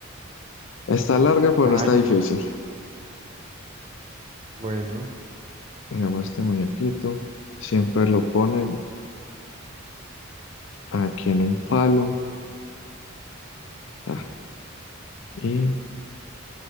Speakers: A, on the left (about 65°); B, on the right (about 25°).
A: Está larga, pero
B: Ah,
A: no está
B: yo
A: difícil.
B: pensé que era yo. Bueno.
A: Digamos, este muñequito siempre lo ponen aquí en un palo. ta, Y